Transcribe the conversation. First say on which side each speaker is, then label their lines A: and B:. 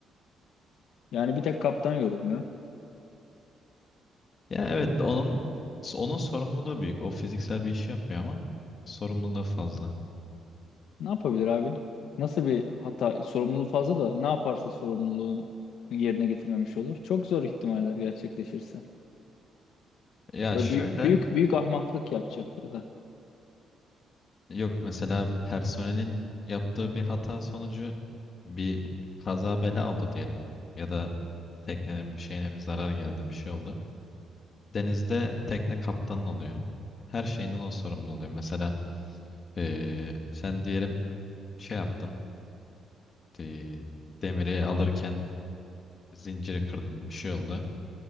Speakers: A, on the left; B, on the left.
A: Yani bir tek kaptan yorulmuyor.
B: Ya evet onun onun sorumluluğu büyük. O fiziksel bir iş yapmıyor ama sorumluluğu fazla.
A: Ne yapabilir abi? Nasıl bir hata, sorumluluğu fazla da ne yaparsa sorumluluğun yerine getirmemiş olur. Çok zor ihtimaller gerçekleşirse.
B: Ya
A: Ya
B: şöyle
A: da büyük büyük, büyük ahmaklık yapacak ya da
B: yok mesela personelin yaptığı bir hata sonucu bir kaza bela oldu diyelim ya da teknenin bir şeyine bir zarar geldi bir şey oldu. Denizde tekne kaptanın oluyor. Her şeyinden o sorumlu oluyor. Mesela eee, sen diyelim şey yaptın Gitti. Demiri alırken zinciri kırdın. Bir şey oldu.